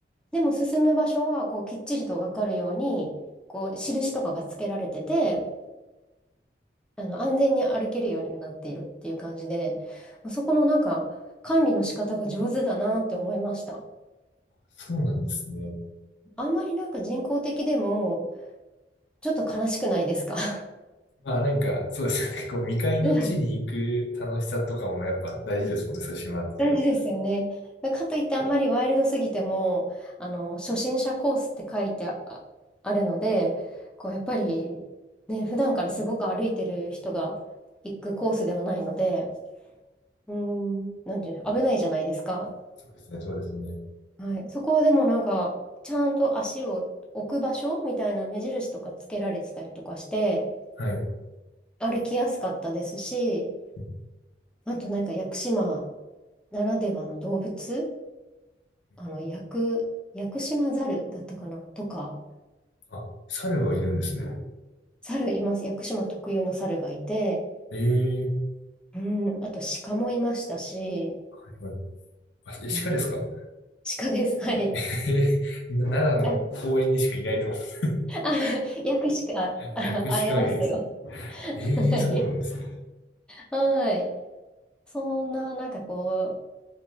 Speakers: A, in the centre; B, on the left.
A: でも進む場所はこうきっちりと分かるようにこう印とかがつけられててあの安全に歩けるようにはなっているっていう感じでそこのなんか管理の仕方が上手だなって思いました。
B: そうなんですね。
A: あんまりなんか人工的でもちょっと悲しくないですか <laughs>
B: まあなんか、そうですよね。こう、未開の地に行く楽しさとかもやっぱ大事ですもんね、
A: うん
B: そういう島って。
A: 大事ですよね。かといってあんまりワイルドすぎてもあの初心者コースって書いてあ、ああるのでこうやっぱりね普段からすごく歩いてる人が行くコースではないので。うーん、なんていうの、危ないじゃないですか。
B: そうですね、そうですね。
A: はい。そこはでもなんか、ちゃんと足を置く場所みたいな目印とかつけられてたりとかして、
B: はい。う
A: 歩きやすかったですし、
B: んう
A: あとなんか屋久島ならではの動物、
B: ん
A: あの、屋久、屋久島ザルだったかなとか、
B: あ、猿がいるんですね。
A: 猿ルいます。屋久島特有の猿ルがいて、
B: ええ
A: うん、あと鹿もいましたし、
B: はいはい。あ、え鹿ですか
A: うん、鹿です。はい。
B: <laughs> えー、な奈良の公園にしかいないと思う。
A: あ、あ、<laughs> 屋久鹿、
B: <laughs>
A: あ会えますよ。
B: 薬師鹿がいるんです。ええそうなんですね。
A: はい。はい。そんな、なんかこう、